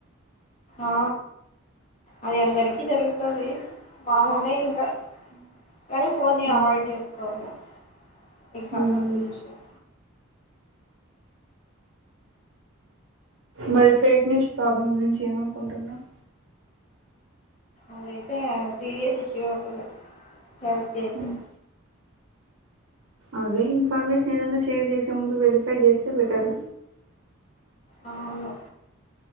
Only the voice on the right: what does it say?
మ్మ్
మ్మ్
మరి ఫేక్ న్యూస్ ప్రాబ్లమ్ గురించి ఏమనుకుంటున్నావ్
మ్మ్ అదే ఇన్ఫర్మేషన్ ఏదన్న షేర్ చేసే ముందు వెరిఫై చేస్తే బెటర్